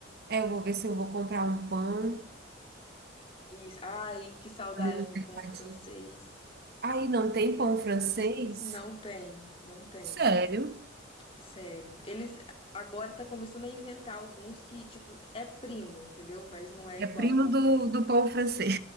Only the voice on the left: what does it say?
E, ai, que saudade
do
pão francês.
Não tem, não tem,
sério. Eles agora tá começando a inventar alguns que, tipo, é primo, entendeu? Mas não é igual
ao pão
francês.